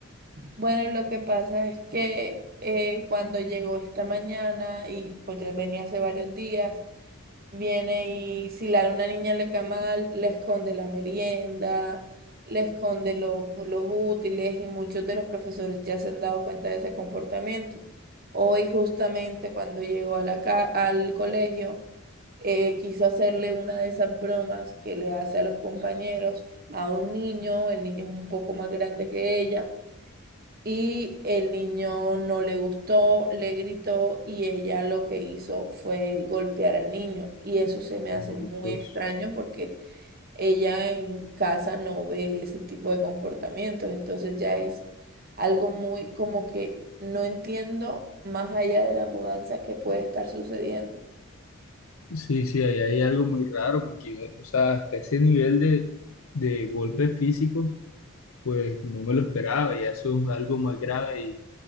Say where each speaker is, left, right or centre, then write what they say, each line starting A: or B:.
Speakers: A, on the right; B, on the left.
A: bueno, lo que pasa es que eh, cuando llegó esta mañana y pues ya venía hace varios días, viene y si la, una niña le cae mal, le esconde la merienda, le esconde los, los útiles y muchos de los profesores ya se han dado cuenta de ese comportamiento. Hoy justamente cuando llegó a la, ca- al colegio, eh, quiso hacerle una de esas bromas que le hace a los compañeros, a un niño, el niño es un poco más grande que ella. Y el niño no le gustó, le gritó y ella lo que hizo fue golpear al niño. Y eso se me hace
B: Entonces,
A: muy extraño porque ella en casa no ve ese tipo de comportamientos. Entonces ya es algo muy como que no entiendo más allá de la mudanza que puede estar sucediendo.
B: sí, sí, ahí hay algo muy raro, porque, o sea, hasta ese nivel de, de golpes físicos, pues no me lo esperaba, ya eso es algo más grave